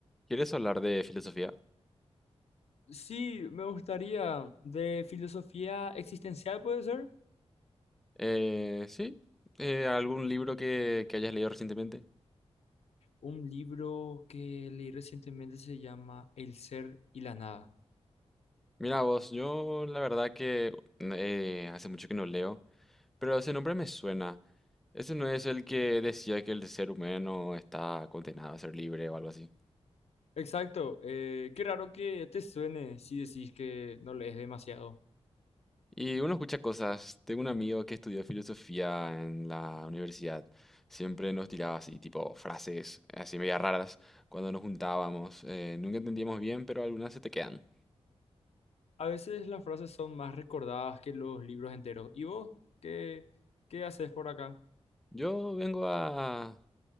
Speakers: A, in the centre; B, on the left.
A: ¿Quieres hablar de filosofía?
B: Sí, me gustaría. De filosofía existencial, puede ser.
A: Eh, sí. Eh, ¿algún libro que, que hayas leído recientemente?
B: Un libro que leí recientemente se llama El ser y la nada.
A: Mira vos, yo la verdad que eh, hace mucho que no leo, pero ese nombre me suena. Ese no es el que decía que el ser humano está condenado a ser libre o algo así.
B: Exacto. eh, qué raro que te suene si decís que no lees demasiado.
A: Y uno escucha cosas. Tengo un amigo que estudió filosofía en la universidad. Siempre nos tiraba así, tipo, frases eh, así media raras cuando nos juntábamos. Eh, nunca entendíamos bien, pero algunas se te quedan.
B: A veces las frases son más recordadas que los libros enteros. ¿Y vos qué, qué haces por acá?
A: Yo vengo a,